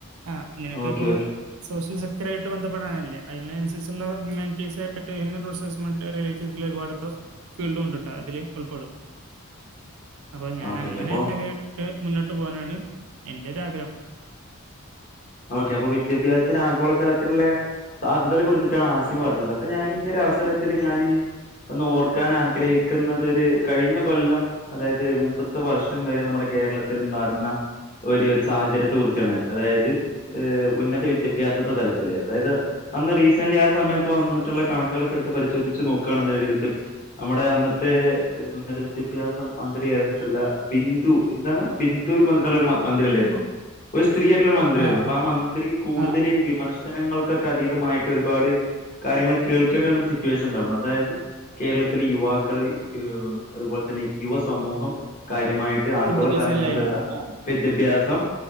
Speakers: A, on the right; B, on the left.
A: ആഹ് നിനക്കിപ്പോ
B: ഓക്കെ ഓക്കെ
A: സോഷ്യൽ സെക്ടർ ആയിട്ട് ബന്ധപ്പെടാനല്ലെ അയ്നനുസരിച്ചുള്ള ഹ്യൂമാറ്റീസ് ആയിട്ട് ഹ്യൂമൻ റിസോഴസ് റിലേ ചെയ്ത് അതിലൊരുപാട് ഫീൽഡും ഉണ്ട്ട്ടോ അതില് ഉൾപ്പെടും അപ്പൊ ഞാൻ
B: ഓക്കെ
A: അങ്ങനെ
B: ഓക്കെ അപ്പോൾ
A: ഒരു കേട്ട് മുന്നോട്ട് പോകാനാണ് എന്റെ ഒരുരാഗ്രഹം
B: ഓക്കെ അപ്പൊ വിദ്യാഭ്യാസത്തിന് ആഗോള തലത്തിലുള്ള സാധ്യതയെ കുറിച്ചിട്ടാണ് ആശ്യം പറഞ്ഞത് അപ്പൊ ഞാൻ ഈ ഒരു അവസരത്തിലൽ ഞാൻ ഒന്ന് ഓർക്കാൻ ആഗ്രഹിക്കുന്നുന്നത് ഒരു കഴിഞ്ഞ കൊല്ലം അതായത് മുമ്പത്തെ വർഷം വരെ നമ്മുടെ കേരളത്തി ഉണ്ടാർന്ന ഒരു ഒരു സാഹചര്യത്തെ കുറിച്ചാണ് അതായത് ഏഹ് ഉന്നത വിദ്യാഭ്യാസത്തെ തലത്തില് അതായത് അന്ന് റീസന്റ്ലി ആഹ് ഒരു സമയത്ത് വന്നിട്ടുള്ള കണക്കുകളൊക്കെ എടുത്ത് പരിശോധിച്ച് നോക്കയാണ് അതിന്റെ നമ്മുടെ അന്നതെ ഉന്നദ്ധ വിദ്യാഭ്യസ മന്ത്രി ആയിട്ടുള്ള ബിന്ദു എന്താണ് ബിന്ദു എന്ന് പറഞ്ഞിട്ടോരു മന്ത്രി ഇല്ലാരുന്നോ ഒരു സ്ത്രീ ആയിട്ടുള്ള ഒരു മന്ത്രിയായിരുന്നു
A: ആ
B: അപ്പൊ
A: ആ
B: ആഹ് മന്ത്രി കൂടുതൽ
A: ആ
B: വിമർശനങ്ങൾക്കൊക്കെ അതീതമായിട്ട് ഒരുപാട് കാര്യങ്ങളൊക്കെ കേൾക്കേണ്ടി വന്നൊരു സിറ്റുവേഷൻ ഉണ്ടായിരുന്നു അതായത് കേരളത്തിലെ യുവാക്കള് അതുപോലെ തന്നെ യുവ സമൂഹം കാര്യമായി ട്ട് ആഗോള
A: വിദ്യാഭ്യാസമില്ലായ്മ
B: തലങ്ങളിലുള്ള
A: ആ
B: വിദ്യാഭ്യാസം